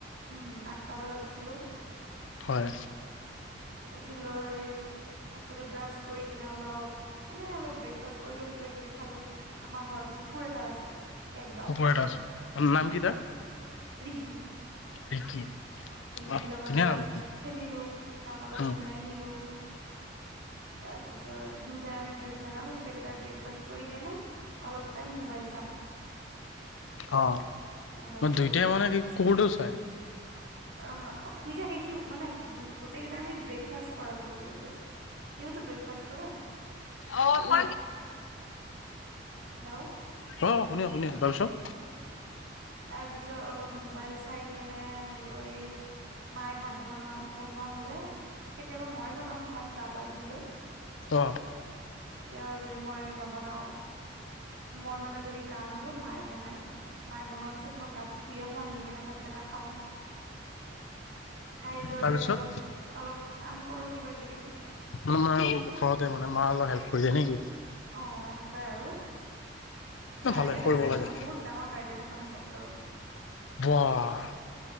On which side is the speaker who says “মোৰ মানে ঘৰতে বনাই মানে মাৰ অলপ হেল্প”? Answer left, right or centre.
Left